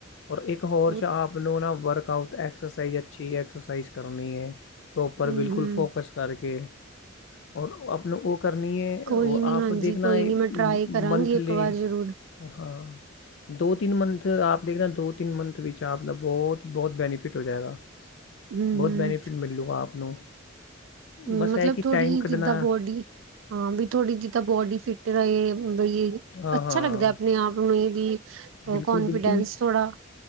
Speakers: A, on the left; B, on the right.
A: ਔਰ ਇੱਕ ਹੋਰ
B: ਉਹ
A: ਆਪ ਨੂੰ ਨਾ ਵਰਕਆਊਟ ਐਕਸਰਸਾਈਜ਼ ਅੱਛੀ ਐਕਸਰਸਾਈਜ਼ ਕਰਨੀ ਏ। ਪ੍ਰੋਪਰ
B: ਹੂੰ
A: ਬਿਲਕੁਲ
B: ਹੂੰ
A: ਫੋਕਸ ਕਰਕੇ ਔਰ ਆਪ ਨੂੰ ਓ। ਕਰਨੀ ਐ
B: ਕੋਈ
A: ਔਰ
B: ਨੀ
A: ਆਪ
B: ਹਾਂਜੀ
A: ਦੇਖਣਾ
B: ਕੋਈ
A: ਏ
B: ਨੀ ਮੈਂ ਟਰਾਈ ਕਰਾਂਗੀ
A: ਮੰਥਲੀ
B: ਇੱਕ ਵਾਰ ਜ਼ਰੂਰ
A: ਹਾਂ। ਦੋ ਤਿੰਨ ਮੰਨਥ ਆਪ ਦੇਖਣਾ ਦੋ ਤਿੰਨ ਮੰਨਥ ਵਿੱਚ ਆਪ ਦਾ ਬੋਤ-ਬੋਤ ਬੈਨੀਫਿਟ ਹੋ ਜਾਏਗਾ।
B: ਹੂੰ
A: ਬਹੁਤ
B: ਹੂੰ
A: ਬੈਨੀਫਿਟ ਮਿਲੂਗਾ ਆਪ ਨੂੰ
B: ਹੂੰ,
A: ਬਸ
B: ਮਤਲਬ
A: ਇਹ ਕਿ
B: ਥੋੜੀ
A: ਟਾਈਮ ਕੱਢਣਾ
B: ਜਿੱਦਾਂ ਬੋਡੀ ਹਾਂ, ਵੀ ਥੋੜ੍ਹੀ ਜੀ ਤਾਂ ਬੋਡੀ ਫਿਟ ਰਹੇ ਬਈ
A: ਹਾਂ
B: ਅੱਛਾ
A: ਹਾਂ
B: ਲੱਗਦਾ ਆਪਣੇ ਆਪ ਨੂੰ ਏ ਵੀ
A: ਬਿਲਕੁਲ
B: ਕੋਨਫੀਡੈਂਸ
A: ਬਿਲਕੁਲ
B: ਥੋੜਾ